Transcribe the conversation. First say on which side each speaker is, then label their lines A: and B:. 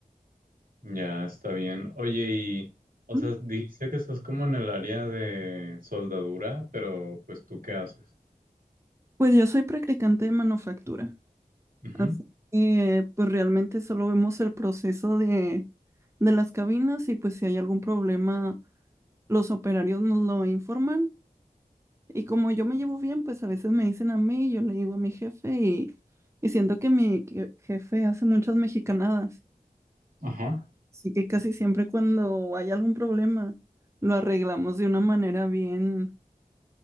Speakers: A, on the right; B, on the right.
A: Ya está bien. Oye, y, o
B: Ujú.
A: sea, dice que estás como en el área de soldadura, pero pues tú qué haces?
B: Pues yo soy practicante de manufactura,
A: Ujú.
B: así que pues realmente solo vemos el proceso de, de las cabinas y pues si hay algún problema, los operarios nos lo informan Y como yo me llevo bien, pues a veces me dicen a mí, yo le digo a mi jefe y, y siento que mi que- jefe hace muchas mexicanadas.
A: Ajá,
B: Así que casi siempre cuando hay algún problema, lo arreglamos de una manera bien,